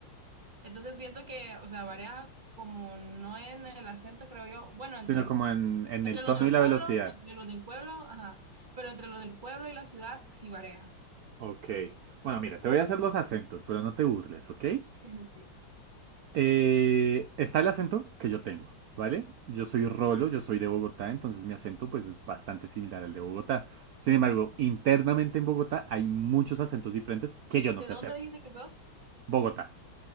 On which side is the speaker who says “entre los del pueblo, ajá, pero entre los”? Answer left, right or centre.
Right